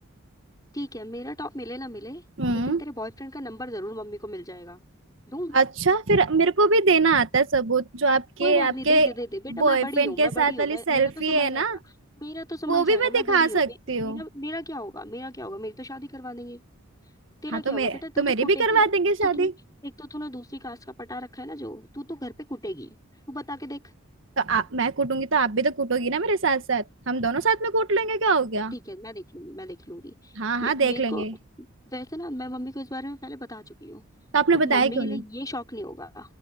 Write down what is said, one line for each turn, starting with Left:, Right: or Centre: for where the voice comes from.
Left: ठीक है मेरा टॉप मिले ना मिले
Right: हम्म
Left: लेकिन तेरे बॉयफ्रेंड का नंबर जरूर मम्मी को मिल जाएगा दूं
Right: अच्छा फिर मेरे को भी देना आता है सबूत जो आपके
Left: कोई बात
Right: आपके
Left: नहीं दे दे दे दे बेटा
Right: बॉयफ्रेंड
Left: मैं बड़ी हूँ
Right: के
Left: मैं
Right: साथ
Left: बड़ी हूँ
Right: वाली
Left: मैं
Right: सेल्फी
Left: मेरा तो संभल
Right: है
Left: जाएगा
Right: ना
Left: मेरा तो संभल
Right: वो भी
Left: जाएगा
Right: मैं
Left: मैं
Right: दिखा
Left: बड़ी हूँ
Right: सकती
Left: मे, मेरा
Right: हूँ
Left: मेरा क्या होगा मेरा क्या होगा मेरी तो शादी करवा देंगे तेरा
Right: हाँ
Left: क्या
Right: तो मैं
Left: होगा बेटा तू
Right: तो मेरी
Left: तो कुटेगी
Right: भी करवा देंगे
Left: एक तो
Right: शादी
Left: तूने एक तो तूने दूसरी कास्ट का पटा रखा है ना जो तू तो घर पे कुटेगी तू बता के देख
Right: तो आ, मैं कूटूंगी तो आप भी तो कूटोगी ना मेरे साथ साथ हम दोनों साथ में कूट लेंगे क्या हो गया
Left: ठीक है मैं देख लूंगी मैं देख लूंगी
Right: हाँ हाँ
Left: मे,
Right: देख
Left: मेरे
Right: लेंगे
Left: को वैसे ना मैं मम्मी को इस बारे में पहले बता चुकी हूँ
Right: तो आपने
Left: तो
Right: बताया
Left: मम्मी
Right: क्यों
Left: के लिए
Right: नहीं
Left: ये शौक नहीं होगा